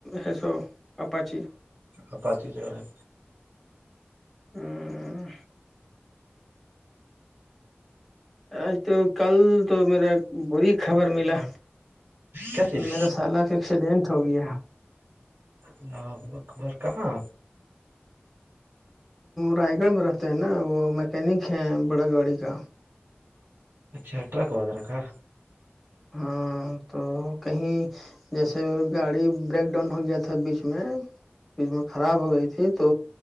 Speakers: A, in the centre; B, on the right.
A: ہے سو اپاچ
B: اپاچ جگہ ہے
A: ہاں آج تو کل تو میرا بری خبر ملا
B: کیا چیز
A: میرا سالق ایکسیڈینٹ ہو گیا
B: انا ہوا اکبر کہاں
A: رائے گڑ میں رہتے ہیں نا وہ مکینک ہے بڑا گاڑی کا
B: اچھا ٹرک وغیرہ کا
A: ہاں تو کہیں جیسے گاڑی بریک ڈاؤن ہو گیا تھا بیچ میں اس میں خراب ہو گئی تھی تو